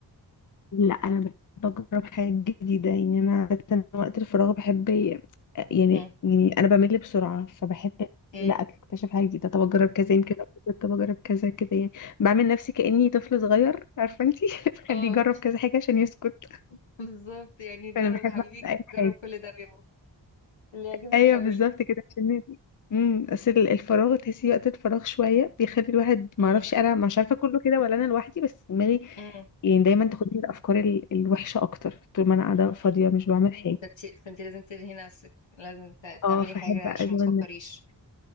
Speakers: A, on the left; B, on the left.
A: لا انا بحب اجرب حاجات جديده يعني انا عادة وقت الفراغ بحب يعني
B: مم.
A: يعني انا بمل بسرعه فبحب
B: مم.
A: لا اكتشف حاجه جديده طب اجرب كذا يمكن أبسط، طب اجرب كذا كده يعني بعمل نفسي كاني طفل صغير عارفه انتي <laughs> بخليه
B: اه
A: يجرب كذا حاجه عشان يسكت
B: <laughs> بالظبط يعني جرب
A: فانا بحب
B: يا حبيبي
A: اعمل اي حاجه
B: جرب كل ده ويوم اللي يعجبك
A: ايوه
B: اعمله
A: بالظبط كده عشان نادي. امم اصل ال- الفراغ تحسي وقت الفراغ شويه بيخلي الواحد
B: مم.
A: ما اعرفش انا مش عارفه كله كده ولا انا لوحدي بس دماغي
B: مم.
A: يعني دايما تاخدني الافكار ال- الوحشه اكتر طول ما انا قاعده
B: مم.
A: فاضيه مش بعمل حاجه
B: فانت فانت لازم تلهي نفسك لازم ت-
A: اه
B: تعملي
A: فاحب
B: حاجة
A: اشغل
B: عشان ما تفكريش
A: نفسي.